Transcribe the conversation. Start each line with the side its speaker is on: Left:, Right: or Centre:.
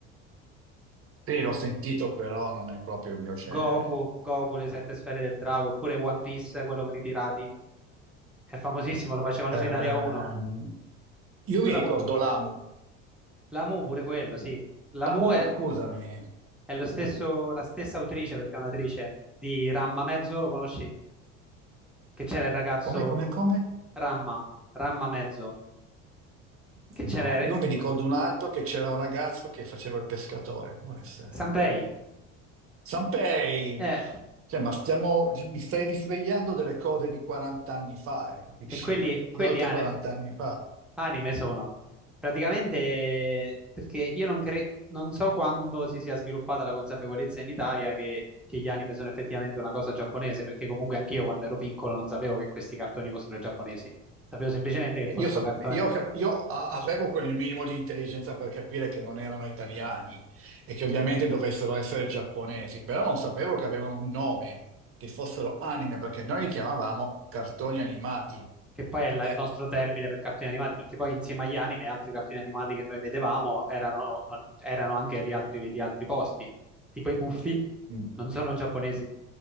Right: Sì, l'ho sentito, però non è proprio il mio genere.
Centre: Goku, Goku, le sette sfere del drago, oppure One Piece, quello con i pirati. È famosissimo, lo facevano
Right: Ehm,
Centre: su Italia 1.
Right: io
Centre: Tu
Right: mi
Centre: da...
Right: ricordo
Centre: qua-
Right: Lamu.
Centre: La Mu pure quello, sì. La
Right: Lamu,
Centre: Mu è,
Right: scusami.
Centre: è lo stesso, la stessa autrice, perché è un'attrice, di Ramma Mezzo, lo conosci? Che c'era il ragazzo
Right: Come, come, come?
Centre: Ramma, Ramma Mezzo, che
Right: No,
Centre: c'era
Right: io
Centre: il...
Right: mi ricordo un altro che c'era un ragazzo che faceva il pescatore. Può essere.
Centre: Sanpei.
Right: Sanpei!
Centre: Eh,
Right: Cioè, ma stiamo, mi stai risvegliando delle cose di 40 anni fa, eh, capisci?
Centre: E quelli, quelli
Right: Di oltre
Centre: ane-
Right: 40 anni fa.
Centre: anime sono. Praticamente, perché io non, cre- non so quando si sia sviluppata la consapevolezza in Italia che, che gli anime sono effettivamente una cosa giapponese, perché comunque anch'io quando ero piccolo non sapevo che questi cartoni fossero giapponesi. Sapevo semplicemente che fossero
Right: Io, so-
Centre: cartoni.
Right: io cap- io a- avevo quel minimo di intelligenza per capire che non erano italiani e che ovviamente dovessero essere giapponesi, però non sapevo che avevano un nome, che fossero anime, perché noi li chiamavamo cartoni animati.
Centre: che poi è la-
Right: Eh,
Centre: il nostro termine per cartoni animati, perché poi insieme agli anime altri cartoni animati che noi vedevamo erano, non- erano anche di altri, di altri posti, tipo i Puffi,
Right: mm.
Centre: non sono giapponesi,